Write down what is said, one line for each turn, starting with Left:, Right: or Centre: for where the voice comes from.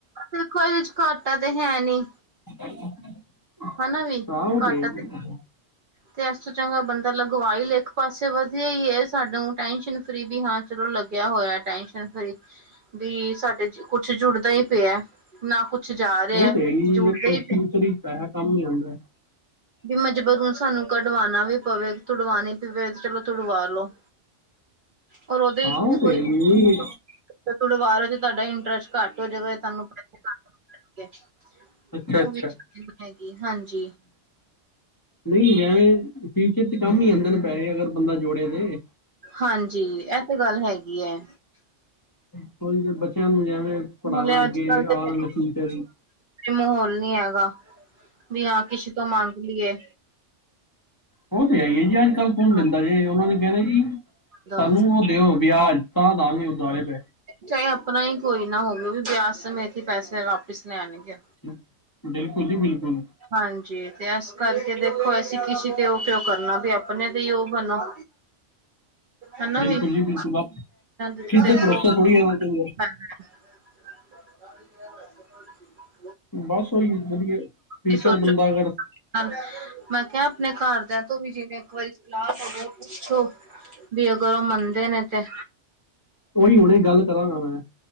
Right: ਦੇਖੋ ਇਹਦੇ ਚ ਘਾਟਾ ਤਾਂ ਹੈ ਨੀ
Left: ਹ
Right: ਹਨਾ ਵੀ ਘਾਟਾ ਤੇ ਤੇ ਇਸ ਤੋਂ ਚੰਗਾ ਬੰਦਾ ਲਗਵਾਈ ਲੇ ਇੱਕ ਪਾਸੇ ਵਧੀਆ ਈ ਏ ਸਾਨੂੰ ਟੈਸ਼ਨ ਫਰੀ ਵੀ ਹਾਂ ਚਲੋ ਲੱਗਿਆ ਹੋਇਆ ਟੈਸ਼ਨ ਫਰੀ ਵੀ ਸਾਡੇ ਕੁੱਛ ਜੁੜਦਾ ਹੀ ਪਿਆ ਨਾ ਕੁਛ ਜਾ ਰਿਹਾ
Left: ਔਹ ਤੇ ਹੈ ਹੀ
Right: ਜੁੜਦਾ
Left: ਹੈ, ਵੇਖੌ
Right: ਹੀ ਪਿਆ
Left: ਫਿਊਚਰ ਵਿਚ ਪੈਹਾ ਕੰਮ ਈ ਆਂਦਾ।
Right: ਵੀ ਮਜਬੂਰਨ ਸਾਨੂੰ ਕਢਵਾਉਣਾ ਵੀ ਪਵੇ ਤੁੜਵਾਉਣੀ ਪਵੇ ਤੇ ਚਲੋ ਤੁੜਵਾ ਲੋ। ਓਰ ਉਹਦੇ
Left: ਹਾਂ
Right: ਇਚ
Left: ਉਹ
Right: ਵੀ
Left: ਤੇ
Right: ਕੋਈ
Left: ਹੈ ਹੀ ਜੀ।
Right: ਤੇ ਤੁੜਵਾ ਲਓ ਤੇ ਤੁਹਾਡਾ ਇੰਟਰਸਟ ਘੱਟ ਹੋ ਜਾਏਗਾ। ਤੁਾਨੂੰ <unintelligible> ਪੈਸੇ ਘੱਟ ਹੋਣ ਜਾਣਗੇ।
Left: ਅੱਛਾ
Right: ਉਹ
Left: ਅੱਛਾ
Right: ਵੀ <unintelligible> ਹੈਗੀ ਹਾਂਜੀ।
Left: ਨਹੀਂ ਐਂਵੇਂ ਫਿਊਚਰ ਚ ਕੰਮ ਹੀ ਆਂਦੇ ਨੇ ਪੈਸੇ ਅਗਰ ਬੰਦਾ ਜੋੜੇ ਤੇ
Right: ਹਾਂਜੀ। ਏ ਤੇ ਗੱਲ ਹੈਗੀ ਹੈ।
Left: <unintelligible> ਬੱਚਿਆਂ ਨੂੰ ਜੇਵੇਂ ਪੜ੍ਹਾਣਾ
Right: ਨਾਲੇ
Left: ਅੱਗੇ
Right: ਅੱਜ ਕੱਲ ਤੇ
Left: ਆਂ
Right: ਦੇਖੋ
Left: <unintelligible>
Right: ਮਾਹੌਲ ਨੀ ਹੈਗਾ, ਵੀ ਹਾਂ ਕਿਸੇ ਤੋਂ ਮੰਗ ਲਈਏ।
Left: ਔਹ ਤੇ ਹੈ ਹੀ ਹੈ ਜੀ ਅੱਜ ਕੱਲ੍ਹ ਕੌਣ
Right: ਹਾਂ
Left: ਦਿੰਦਾ, ਜੇ ਔਨਾਂ ਨੇ ਕਹਿਣਾ ਜੀ।
Right: ਹਾਂ
Left: ਸਾਨੂੰ ਔਹ ਤੇ ਔ ਵਿਆਜ ਤਾਂ ਦਾਂਗੇ ਉਦਾਰੇ ਪੈਹੇ
Right: ਚਾਹੇ ਆਪਣਾ ਹੀ ਕੋਈ ਨਾ ਹੋਵੇ, ਔਹ ਵੀ ਬਿਆਜ ਸਮੇਂਤ ਹੀ ਪੈਸੇ ਵਾਪਿਸ ਲੈਣਗੇ।
Left: ਹਮ ਬਿਲਕੁਲ ਜੀ ਬਿਲਕੁਲ।
Right: ਹਾਂਜੀ ਤੇ ਇਸ ਕਰਕੇ ਦੇਖੋ, ਅਸੀਂ ਕਿਸੀ ਤੇ ਔਹ ਕਿਉਂ ਕਰਨਾ ਵੀ ਆਪਣੇ ਤੇ ਹੀ ਔਹ ਬਣੋ। <inaudible> ਹਨਾ
Left: ਬਿਲਕੁਲ
Right: ਵੀ <unintelligible>
Left: ਜੀ ਬਿਲਕੁਲ ਆਪ
Right: ਤੁਸੀਂ
Left: ਕਿਸ
Right: ਦੇਖੋ
Left: ਦੇ ਭਰੋਸੇ
Right: <unintelligible>
Left: ਥੋੜ੍ਹੀ ਰਹਿਣਾ ਚਾਹੀਦਾ
Right: <inaudible>
Left: ਬਸ ਔਹੀ ਹੈ ਜੀ ਵਧੀਆ। ਟੀਚਰ
Right: ਕੀ ਸੋਚੋ
Left: ਬੰਦਾ
Right: <unintelligible>
Left: ਅਗਰ
Right: ਮੈਂ ਕਿਹਾ ਆਪਣੇ ਘਰਦਿਆਂ ਤੋਂ ਵੀ ਜਿਵੇਂ ਇੱਕ ਵਾਰੀ ਸਲਾਹ ਹੋਵੇ ਪੁੱਛੋ ਵੀ ਅਗਰ ਉਹ ਮੰਨਦੇ ਨੇ ਤੇ
Left: ਓਹੀ ਹੁਣੇ ਗੱਲ ਕਰਾਂਗਾ ਮੈਂ